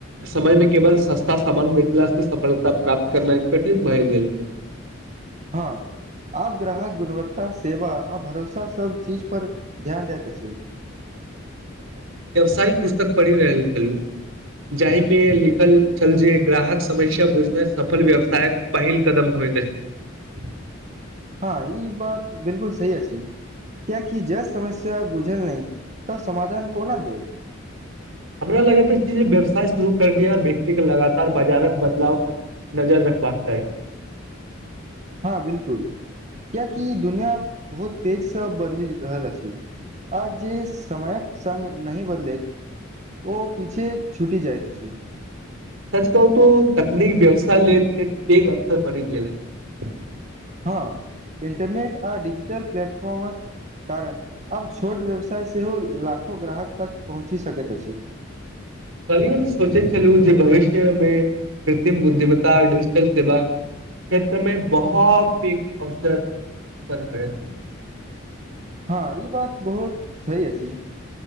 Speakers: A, on the right (about 75°); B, on the right (about 35°).
A: समय मे केवल सस्त ता सामानमे <unintelligible> सफलता प्राप्त करनाइ कठिन भाय गेलल छैय।
B: हँ आब ग्राहक गुणवत्ता सेवा आ भरोसा सब चीज पर ध्यान दए त छै।
A: वाय पुस्तक पढ़ि रहल छलू जाहिमे लिखल छल जे ग्राहक समस्या बुझनाइ सफल व्यवसायक पहिल कदम होइत अछि।
B: हां ई बात बिलकुल सही अछि क्याकि जस समस्या बुझल नहि तऽ समाधान कोना देब
A: हमरा लगे छ जे व्यवसाय शुरू करनिहार व्यक्ति के लगातार बाजारक बदलाव पर नजर रखबाक चाही।
B: हँ बिल्कुल कियकि दुनिआँ बहुत तेजसँ बदलि रहल अछि आ जे समयक सङ्ग नहि बदलैत ओ पीछे छुटि जाइत अछि।
A: सच कहू तऽ तकनीक व्यवसाय लेल एक पेघ अवसर बनि गेल ये।
B: हँ इन्टरनेट आ डिजिटल प्लेटफॉर्मक कारण आब छोट व्यवसाय सेहो लाखो ग्राहक तक पहुँचि सकैत अछि।
A: कहलियै हम सोचै छलहु जे भविष्यमे कृत्रिम बुद्धिमता डिजिटल सेवा क्षेत्रमे बहुत पघ अवसर उपर होय।
B: हँ ई बात बहुत सही अछि